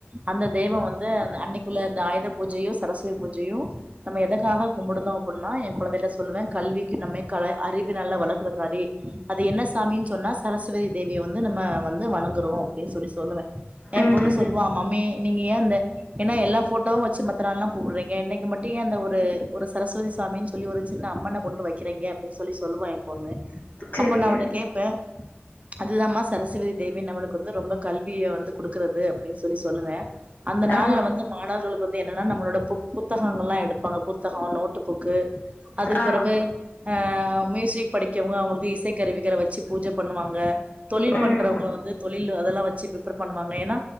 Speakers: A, on the right; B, on the left.
A: அந்த தெவம் வந்து அன்னைக்குள்ள இந்த ஆயுத பூஜையும் சரஸ்வதி பூஜையும் நம்ம எதுக்காக கும்பிடுதோ அப்டினா என் குழந்தைகிட்ட சொல்லுவேன் கல்விக்கும் நம்மே க அறிவு நல்லா வளர்க்குறதுக்காடி அது என்ன சாமின் சொன்னா சரஸ்வதி தேவிய வந்து நம்ம வந்து வணங்குறோம் அப்டின் சொல்லி சொல்லுவேன் ஏ
B: ம்
A: பொண்ணு
B: ம்
A: சொல்லுவா மம்மி நீங்க ஏன் இந்த ஏன்னா எல்லா போட்டோவு வச்சு மத்த நாள் எல்லா கூப்பிடுறீங்க இன்னைக்கு மட்டு எ அந்த ஒரு ஒரு சரஸ்வதி சாமின்னு சொல்லி ஒரு சின்ன அம்மன ஒண்ணு வைக்கிறீங்க அப்டின் சொல்லி சொல்லுவ எ பொண்ணு
B: செரி
A: அப்போ நா அவட்ட கேப்ப அதுதா மா சரஸ்வதி தேவி நம்மளுக்கு வந்து ரொம்ப கல்விய வந்து கொடுக்குறது அப்டின் சொல்லி சொல்லுவ அந்த நாள்ல
B: ஆ
A: வந்து மாணவர்களுக்கு வந்து என்னன்னா நம்மளோட பு புத்தகங்கள் எல்லா எடுப்பாங்க புத்தகோ நோட்டு புக்கு அதுக்கு
B: ஆ
A: பெறவு அ மியூசிக் படிக்கவு அவங்களுக்கு இசை கருவிகள வச்சு பூஜை பண்ணுவாங்க தொழில்
B: ம்
A: பண்றவங்க வந்து தொழில் அதெல்லா வச்சு பிப்பர் பண்ணுவாங்க ஏன்னா